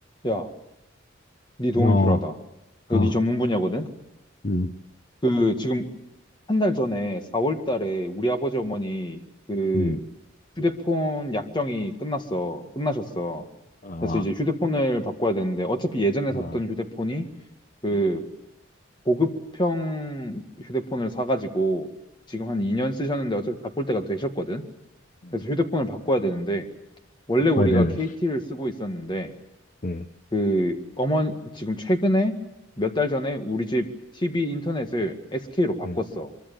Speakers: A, on the left (about 25°); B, on the left (about 40°).
A: 야, 네 도움이
B: 어,
A: 필요하다.
B: 아,
A: 이거 네 전문 분야거든?
B: 음,
A: 그, 지금 한 달 전에 4월 달에 우리 아버지 어머니 그
B: 음,
A: 휴대폰 약정이 끝났어. 끝나셨어.
B: 아,
A: 그래서 이제 휴대폰을 바꿔야 되는데 어차피 예전에 샀던
B: 아, 아,
A: 휴대폰이 그
B: 음,
A: 고급형 휴대폰을 사가지고 지금 한 2년 쓰셨는데 어차피 바꿀 때가 되셨거든?
B: 음.
A: 그래서 휴대폰을 바꿔야 되는데 원래
B: 먹어야
A: 우리가
B: 되는,
A: KT를 쓰고 있었는데
B: 음,
A: 그 어머니 지금 최근에 몇 달 전에 우리 집 TV 인터넷을 SK로 바꿨어.
B: 음,